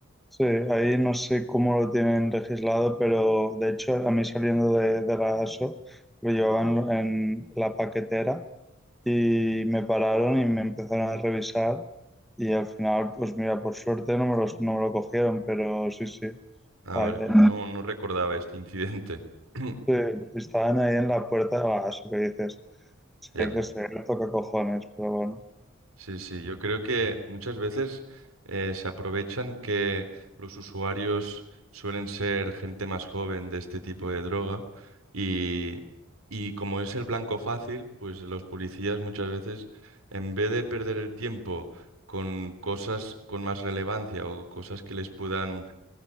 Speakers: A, in the centre; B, on the right.
A: Sí, ahí no sé cómo lo tienen legislado, pero de hecho a mí saliendo de, de la ASO lo llevaban en la paquetera y me pararon y me empezaron a revisar. Y al final, pues mira, por suerte no me los, no me lo cogieron, pero sí, sí.
B: Ah,
A: Ahí,
B: vale, pues
A: ahí.
B: no, no recordaba este incidente. <clears throat>
A: Sí, estaban ahí en la puerta, ah, eso que dices, es que
B: Ya.
A: hay que ser toca cojones, pero bueno.
B: Sí, sí, yo creo que muchas veces eh, se aprovechan que los usuarios suelen ser gente más joven de este tipo de droga y, y como es el blanco fácil, pues los policías muchas veces, en vez de perder el tiempo con cosas con más relevancia o cosas que les puedan